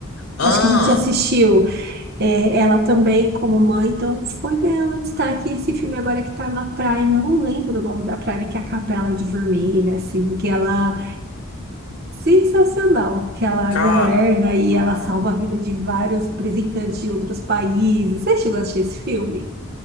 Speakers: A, on the left (about 85°); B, on the right (about 45°).
A: Ah,
B: Acho que a gente assistiu. É, ela também, como mãe, então foi ganhando destaque. E Esse filme agora que tá na Prime, eu não lembro o nome da Prime, que é a Capela de Vermelha, assim, que ela. Sensacional, que ela
A: ca...
B: governa e
A: hum.
B: ela salva a vida de vários representantes de outros países. Você chegou a assistir esse filme?